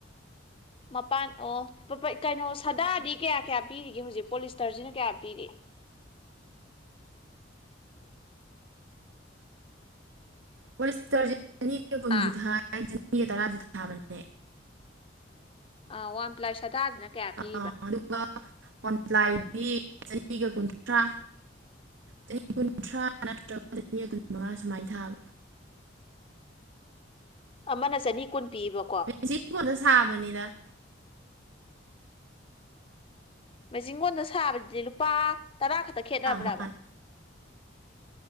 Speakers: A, on the left; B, on the right.
A: ꯃꯄꯥꯟ ꯑꯣ ꯄꯥ ꯄꯥ ꯀꯩꯅꯣ ꯁꯥꯗꯥꯗꯤ ꯀꯌꯥ ꯀꯌꯥ ꯄꯤꯔꯤꯒꯦ ꯍꯧꯖꯤꯛ ꯄꯣꯂꯤꯁꯇꯔꯁꯤꯅ ꯀꯌꯥ ꯄꯤꯔꯤ
B: ꯄꯣꯂꯤꯁꯇꯔꯁꯦ ꯆꯅꯤꯒ ꯀꯨꯟꯁꯨ
A: ꯑꯥ
B: ꯊꯥꯏ ꯆꯅꯤꯒ ꯇꯔꯥꯁꯨ ꯊꯥꯕꯅꯦ
A: ꯑꯥ ꯋꯥꯟ ꯄ꯭ꯂꯥꯏ ꯁꯗꯥꯁꯤꯅ ꯀꯌꯥ ꯄꯤꯔꯤꯕ
B: ꯑꯥ ꯑꯗꯨꯒ ꯋꯥꯟ ꯄ꯭ꯂꯥꯏꯗꯤ ꯆꯥꯅꯤꯒ ꯀꯨꯟꯊ꯭ꯔꯥ ꯆꯅꯤ ꯀꯨꯟꯊ꯭ꯔꯥ ꯅꯠꯇ꯭ꯔꯒ ꯆꯅꯤ ꯀꯨꯟꯃꯉꯥ ꯁꯨꯃꯥꯏꯅ ꯊꯥꯕ
A: ꯑꯃꯅ ꯆꯅꯤ ꯀꯨꯟ ꯄꯤꯕ
B: <unintelligible> ꯀꯣꯟꯗ ꯁꯥꯕꯅꯤꯗ
A: ꯃꯦꯆꯤꯟ ꯀꯣꯟꯗ ꯁꯥꯕꯁꯤꯗꯤ ꯂꯨꯄꯥ ꯇꯔꯥ ꯈꯛꯇ ꯈꯦꯠꯅꯕ꯭ꯔꯥꯕ
B: ꯃꯥꯜꯂꯦ